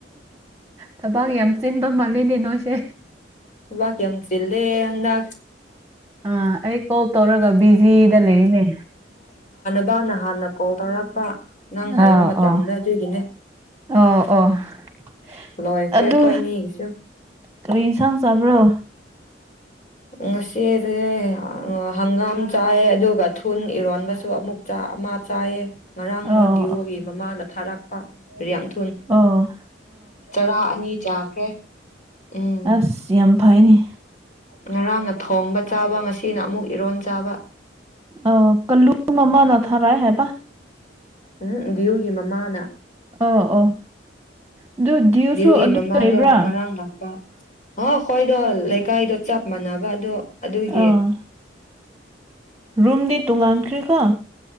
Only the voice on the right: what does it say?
ꯊꯕꯥꯛ ꯌꯥꯝ ꯆꯤꯟ ꯄꯤꯛꯄꯥ ꯃꯦꯜꯂꯦꯅꯦ ꯅꯣꯏꯁꯦ
ꯑ ꯑꯩ ꯀꯣꯜ ꯇꯧꯔꯒ ꯕꯤꯖꯤꯗ ꯂꯩ ꯌꯦꯅꯦ
ꯑꯧ
ꯑꯧ
ꯑꯣ ꯑꯣ
ꯑꯗꯨ
ꯀꯔꯤ ꯏꯟꯁꯥꯡ ꯆꯥꯕ꯭ꯔꯣ
ꯑꯣ
ꯑ
ꯑꯁ ꯌꯥꯝ ꯐꯩꯅꯦ
ꯑꯣ ꯀꯥꯂꯨ ꯃꯥꯃꯥꯅ ꯊꯥꯔꯛꯑꯦ ꯍꯥꯏꯕ
ꯑꯣ ꯑꯣ ꯑꯗꯨ ꯗꯤꯌꯨꯁꯨ
ꯑꯗꯨ
ꯂꯩꯕ꯭ꯔꯥ
ꯑꯣ ꯔꯨꯝꯗꯤ ꯇꯣꯡꯉꯥꯟ ꯈ꯭ꯔꯦꯀꯣ